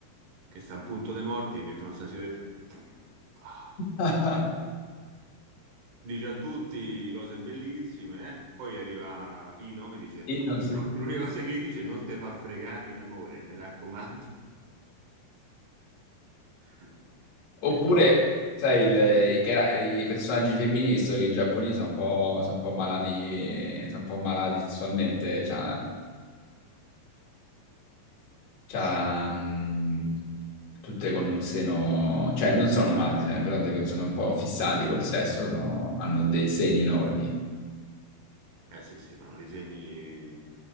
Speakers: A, on the right (about 70°); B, on the left (about 45°).
A: che sta a un punto dei morti, gli mettono questa sigaretta. Ah.
B: <laughs>
A: dice a tutti cose bellissime, eh. Poi arriva Ino e dice,
B: Sì, no,
A: Ino,
B: sì.
A: <laughs> l'unica cosa che gli dice, è non te fa fregare in amore, mi raccomando. <laughs>
B: Oppure,
A: Cioè,
B: sai, il- i, cara- i personaggi femminili, visto che i giapponesi sono un po', sono un po' malati, sono un po' malati sessualmente, cioè, C'ha, mh, tutte con un seno, cioè non sono malati, se ne- però dico, sono un po' fissati col sesso, sono- hanno dei seni enormi.
A: eh sì, sì, fanno disegni